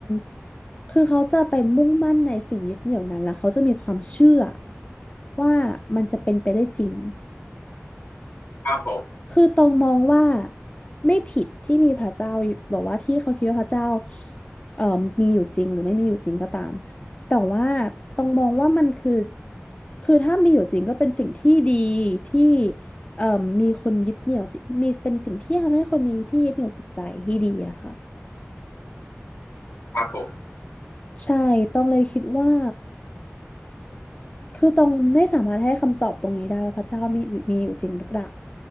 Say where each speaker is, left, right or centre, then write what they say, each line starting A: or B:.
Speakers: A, on the left; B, on the left.
A: ำคือเขาจะเป็นมุ่งมั่นในสิ่งยึดเหนี่ยวนั้นแล้วเขาจะมีความเชื่อว่ามันจะเป็นไปได้จริง
B: ครับผม
A: คือตองมองว่าไม่ผิดที่มีพระเจ้าอยู่แบอกว่าที่เขาคิดว่าพระเจ้าเอ่อมีอยู่จริงหรือไม่มีอยู่จริงก็ตามแต่ว่าตองมองว่ามันคือคือถ้ามีอยู่จริงก็เป็นสิ่งที่ดีที่เอ่อมีคนยึดเหนี่ยวจิตมีเป็นสิ่งที่ทำให้คนมีที่ยึดเหนี่ยวจิตใจที่ดีอะค่ะ
B: ครับผม
A: ใช่ตองเลยคิดว่าคือตองไม่สามารถให้คำตอบตรงนี้ได้ว่าพระเจ้ามีมีอยู่จริงหรือเปล่า